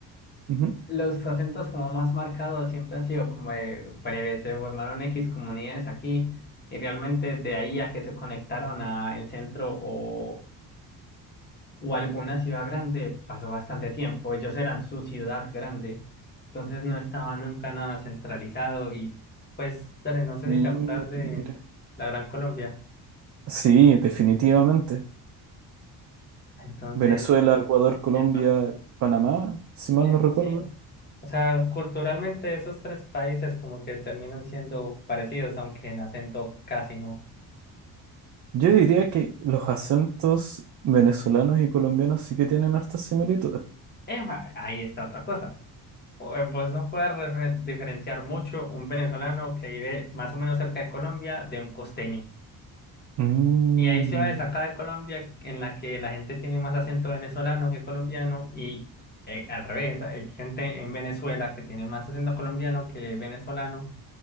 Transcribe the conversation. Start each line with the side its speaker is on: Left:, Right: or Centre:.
Right: Ujú.
Left: Los acentos como más marcados siempre han sido como de breve, se formaron X comunidades aquí y realmente de ahí a que se conectaron a el centro o, o alguna ciudad grande pasó bastante tiempo. Ellos eran su ciudad grande, entonces no estaba nunca nada centralizado y pues dale, no sé
Right: Mira.
Left: si te acuerdas de la Gran Colombia.
Right: Sí, definitivamente.
Left: Entonces,
Right: Venezuela, Ecuador, Colombia,
Left: epa,
Right: Panamá, si mal
Left: eso
Right: no recuerdo.
Left: sí. O sea, culturalmente esos tres países como que terminan siendo parecidos, aunque en acento casi no.
Right: Yo diría que los acentos venezolanos y colombianos sí que tienen hartas similitudes.
Left: Eva, ahí está otra cosa. O- eh, Vos no puedes re- diferenciar mucho un venezolano que vive más o menos cerca de Colombia de un costeño.
Right: Mm.
Left: Y hay ciudades acá de Colombia en la que la gente tiene más acento venezolano que colombiano y eh, al revés, hay gente en Venezuela que tiene más acento colombiano que venezolano